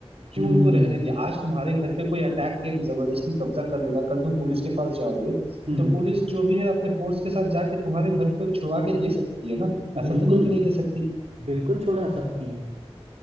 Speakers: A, on the right; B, on the right.
A: क्यों
B: हम्म
A: उनको
B: हम्म
A: रहने दिया आज तुम्हारे घर पे कोई अटैक के जबरदस्ती कब्जा कर लेता कल तुम पुलिस के पास जाओगे
B: हम्म,
A: तो
B: हम्म,
A: पुलिस जो भी है अपने फोर्स के साथ जाके तुम्हारे घर को छुड़वा के दे सकती है ना ऐसा
B: बिल्कुल
A: तो नहीं कि नहीं दे सकती
B: बिल्कुल छोड़ा सकती है